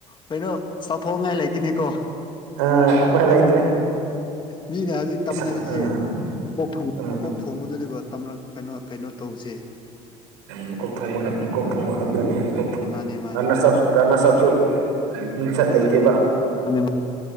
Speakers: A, on the left (about 35°); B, on the right (about 85°).
A: ꯀꯩꯅꯣ ꯆꯥꯊꯣꯡꯅꯉꯥꯏ ꯂꯩꯇꯦꯅꯦꯀꯣ
B: ꯑ ꯎꯄꯥꯏ ꯂꯩꯇ꯭ꯔꯦ
A: ꯃꯤꯅ ꯍꯧꯖꯤꯛ
B: ꯄꯩꯁꯥ
A: ꯇꯝꯅꯔꯤꯁꯦ
B: ꯑꯥ
A: ꯃꯀꯣꯛꯊꯣꯡ
B: ꯎꯝ
A: ꯃꯀꯣꯛꯊꯣꯡꯗꯨꯅꯦꯕ ꯇꯝꯔꯛ ꯀꯩꯅꯣ ꯀꯩꯅꯣ ꯇꯧꯕꯁꯦ
B: ꯃꯀꯣꯛꯊꯣꯡꯕꯗ ꯃꯀꯣꯛꯊꯣꯡꯕ ꯈꯛꯇꯅꯦ ꯃꯀꯣꯛꯊꯣ
A: ꯃꯥꯅꯦ ꯃꯥꯅꯦ
B: ꯉꯟꯅ ꯆꯞꯁ ꯔꯅꯆꯞꯁꯨ ꯃꯤꯡꯆꯠ ꯂꯩꯇꯦꯕ
A: ꯑꯅꯤꯃꯛ